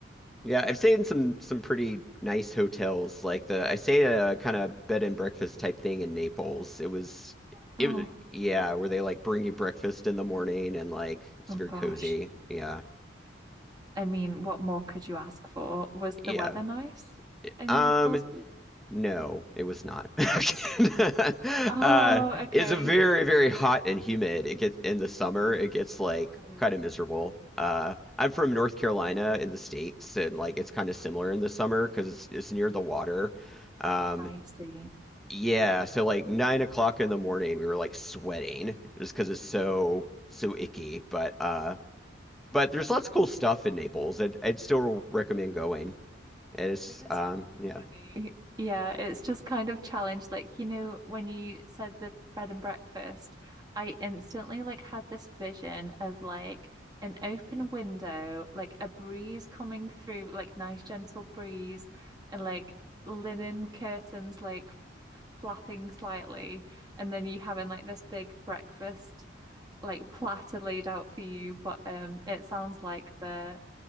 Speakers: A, in the centre; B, on the right.
A: Yeah, I've stayed in some some pretty nice hotels. Like the I stayed at a kind of bed and breakfast type thing in Naples. It was
B: Wow.
A: it was- yeah, where they like bring you breakfast in the morning and like it's
B: Oh
A: very
B: gosh.
A: cozy. Yeah.
B: I mean, what more could you ask for? Was
A: Yeah.
B: the weather nice in
A: Um
B: Naples?
A: no, it was not. <laughs> Uh
B: Oh, okay.
A: it's a very very hot and humid. It gets in the summer, it gets like
B: Mm.
A: kind of miserable. Uh I'm from North Carolina in the States and like it's kind of similar in the summer because it's it's near the water. Um,
B: I see.
A: Yeah, so like nine o'clock in the morning, we were like sweating just because it's so so icky. But uh, but there's lots of cool stuff in Naples. I'd I'd still recommend going. And it's
B: This is
A: um yeah.
B: funny. Yeah, it's just kind of challenged. Like, you know, when you said the bread and breakfast, I instantly like had this vision of like an open window, like a breeze coming through, like nice gentle breeze, and like linen curtains like flapping slightly, and then you having like this big breakfast like platter laid out for you. But um it sounds like the